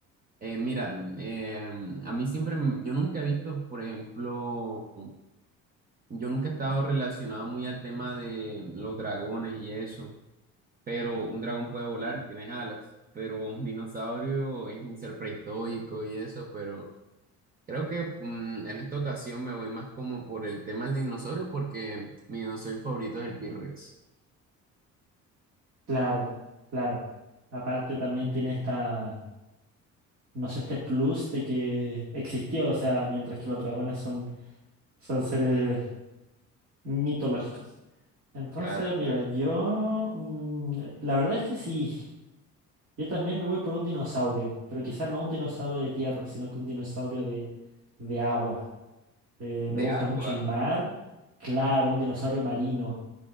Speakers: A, on the right; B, on the right.
A: eh, mira, eh, a mí siempre, m- yo nunca he visto, por ejemplo, Yo nunca he estado relacionado muy al tema de los dragones y eso, pero un dragón puede volar y tiene alas, pero un dinosaurio es un ser prehistórico y eso, pero creo que mm, en esta ocasión me voy más como por el tema del dinosaurio porque mi dinosaurio favorito es el T-Rex.
B: Claro, claro. Aparte también tiene esta, no sé, este plus de que existió, o sea, mientras que los dragones son, son seres mitológicos. Entonces,
A: Claro,
B: mira,
A: claro.
B: yo... mm, la verdad es que sí. Yo también me voy por un dinosaurio, pero quizás no un dinosaurio de tierra, sino que un dinosaurio de, de agua. Eh,
A: De
B: me gusta
A: agua.
B: mucho el mar. Claro,
A: Ujú.
B: un dinosaurio marino.